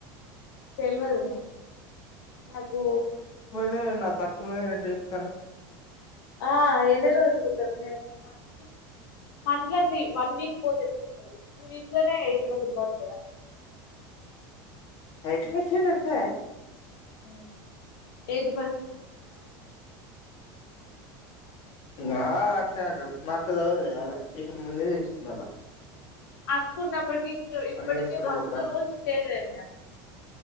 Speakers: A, on the left (about 80°); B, on the left (about 55°).
A: తెల్వదు నాకు నాకు
B: తే నాది తక్కువున్నదని ఎట్ట చెప్తనవ్
A: ఆ ఎన్ని రోజులు మీ దగ్గర ఉండాలి ఇట్లా త్రీ వన్ వీక్ పోతే ఎట్లా ఉంటది ఈ వీక్ లోనే ఎయిటీ పర్సెంట్ దాటుతదా.
B: ఎయిటి పర్సెంట్ ఎల్తదా.
A: హ్మ్ ఎయిట్
B: ఉమ్ వా అట్నే అంటడు. మక్కా సధవతులే అల్ల నీకంటే ముందే తెలుస్తది మల్ల.
A: అక్కున్నప్పటికి ఇప్పు ఇప్పటిక
B: చేసుకుంటా
A: మస్తు
B: పోతారా
A: రూల్స్ చేంజ్ అయినయి గా